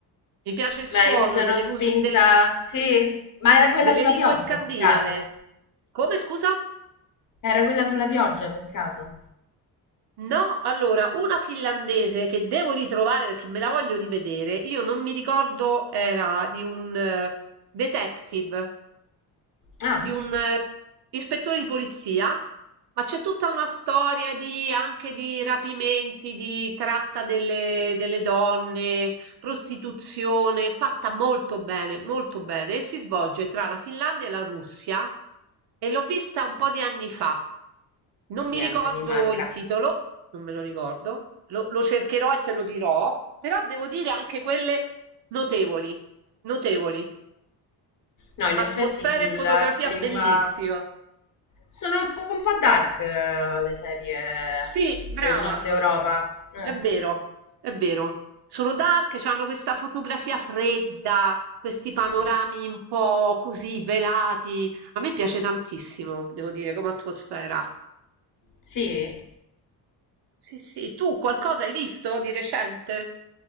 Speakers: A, on the right; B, on the left.
A: mi piace il suono
B: Beh, io mi sono
A: delle
B: spinta.
A: musiche,
B: Sì, ma era quella
A: Delle
B: sulla
A: lingue
B: pioggia
A: scandinave.
B: per caso?
A: Come scusa?
B: Era quella sulla pioggia per caso?
A: No, allora, una finlandese che devo ritrovare perché me la voglio rivedere. Io non mi ricordo, era di un eh, detective.
B: Ah,
A: Di un, ehm, ispettore di polizia, ma c'è tutta una storia di anche di rapimenti, di tratta delle delle donne, prostituzione, fatta molto bene, molto bene e si svolge tra la Finlandia e la Russia e l'ho vista un po' di anni fa. Non mi
B: niente,
A: ricordo
B: mi manca.
A: il titolo, non me lo ricordo, lo lo cercherò e te lo dirò, però devo dire anche quelle notevoli, notevoli.
B: No, in
A: Atmosfera
B: effetti sulla
A: e fotografia
B: lingua
A: bellissima.
B: sono un po', un po' dark eh, le serie
A: Sì, brava,
B: del nord Europa. Eh.
A: è vero, è vero. Sono dark, hanno questa fotografia fredda, questi panorami
B: Mm.
A: un po' così velati. A me piace tantissimo, devo dire, come atmosfera.
B: Sì?
A: Sì, sì, tu qualcosa hai visto di recente?